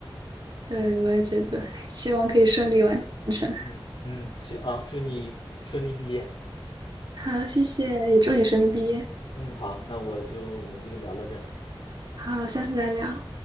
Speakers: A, on the right (about 50°); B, on the left (about 65°).
A: 对，我也觉得，希望可以顺利完成。
B: 嗯嗯，行啊，祝你顺利毕业。
A: 好，谢谢，也祝你顺利毕业。
B: 嗯，好，那我就我们就聊到这儿。
A: 好，下次再聊。